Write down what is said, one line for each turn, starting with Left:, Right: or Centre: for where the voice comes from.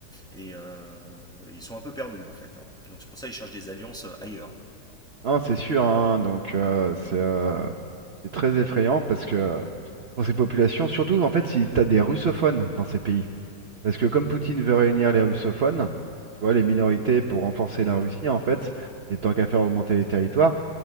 Centre: et euh, ils sont un peu perdus en fait. hein. Donc c'est pour ça qu'ils cherchent des alliances euh, ailleurs.
Right: non, c'est sûr. Hein, donc euh, c'est euh, c'est très effrayant parce que pour ces populations, surtout en fait, si t'as des russophones dans ces pays. Parce que comme Poutine veut réunir les russophones, tu vois, les minorités pour renforcer la Russie, en fait, et tant qu'à faire augmenter les territoires,